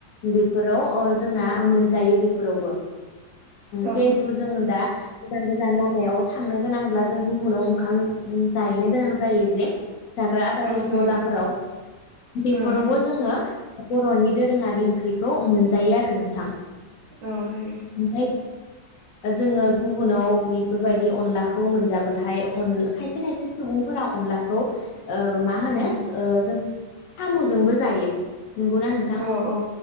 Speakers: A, on the left (about 65°); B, on the right (about 75°).
A: बेफोराव जों ना जायो बेफोरावबो
B: औ
A: जिहेथु जों दा गोदान गोजान लामायाव थांनो गोनांब्ला जों गुबुनाव ओंखाम जाहैनो गोनां जायो जे जाग्रा आदारनि
B: औ जायो
A: गलाफोराव बेफोरावबो
B: उम
A: जोङो बर'नि दोरोङारि ओंख्रि बेखौ मोनजायो आरो नोंथां
B: औ जायो
A: ओमफ्राय जोङो गुबुनाव बेफोरबायदि अनलाखौ मोनजाब्लाथाय अन खायसे खायसे सुबुंफोरा अनलाखौ ओ मा होनो
B: उम
A: ओ जों साम'जोंबो जायो नंगौ ना नोंथां
B: औ औ